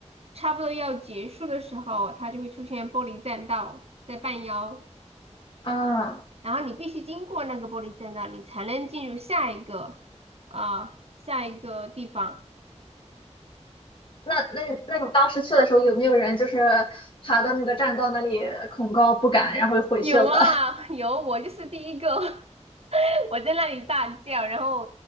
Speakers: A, on the right; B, on the left.
A: 差不多要结束的时候，它就会出现玻璃栈道在半腰，
B: 啊，
A: 然后你必须经过那个玻璃栈道，你才能进入下一个啊、下一个地方。
B: 那那那你当时去的时候有没有人就是爬到那个栈道那里恐高不敢，然后又回去了的？
A: 有啊，有，我就是第一个，<laughs> 我在那里大叫，然后